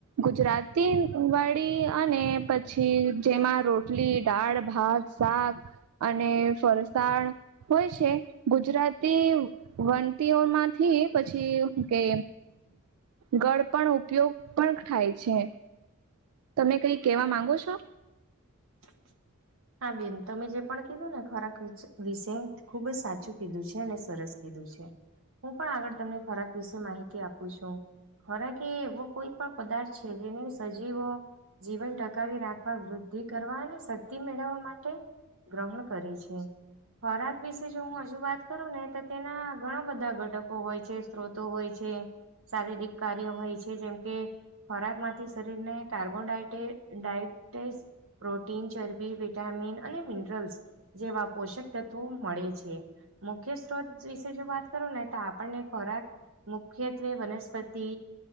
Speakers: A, on the right (about 85°); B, on the right (about 65°).
A: ગુજરાતી વાળી પછી જેમાં રોટલી દાળ ભાત શાક અને ફરસાણ હોય છે, ગુજરાતી વણતીઓ માંથી પછી કે ગળ પણ ઉપયોગ પણ થાય છે. તમે કઈ કેવા માંગો છો.
B: છેઠ હા બેન તમે જે પણ કીધું ને ખોરાક વિશે ખુબ જ સાચું કીધું છે, અને સરસ કીધું છે હું પણ આગળ તમને ખોરાક વિશે માહિતી આપું છુ. હરાકે એવો કોઈ પણ પદાર્થ છે, જેને સજીવો જીવન ટકાવી રાખવા વૃદ્ધિ કરવાની શક્તિ મેળવવા માટે ગ્રહણ કરી છે. ખોરાક વિશે જો હું હજુ વાત કરું ને તો તેના ઘણા બધા ઘટકો હોય છે, સ્ત્રોતો હોય છે. શારીરિક કાર્યો હોય છે. જેમ કે ખોરાકમાંથી શરીરને કાર્બોડાયટે ડાયટેસ પ્રોટીન, ચરબી, વિટામીન અને મિનરલ્સ જેવા પોષક તત્વો મળે છે. મુખ્ય સ્ત્રોત વિશે જો વાત કરું ને તો આપણને ખોરાક મુખ્યત્વે વનસ્પતિ